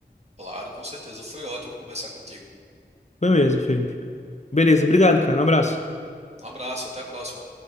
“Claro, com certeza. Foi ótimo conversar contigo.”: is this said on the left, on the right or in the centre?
Right